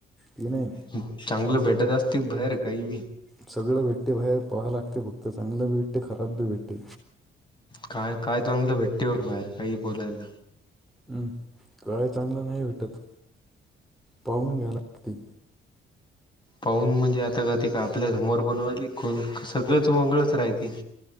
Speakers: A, in the centre; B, on the left.
A: ते नाही.
B: हम्म. चांगलं भेटत असत बाहेर काही बी
A: सगळं भेट्त बाहेर, पहाव लागते फक्त चांगलं बी भेट्त खराब बी भेट्त.
B: काय काय चांगलं भेटत बर बाहेर? काही बोलायला.
A: हम्. काय चांगलं नाही भेटत. पाहून घ्यायला- लागते
B: पाहून म्हणजे आता काय ते का आपल्यासमोर बनवायली कोण सगळंच वंगाळच राहते.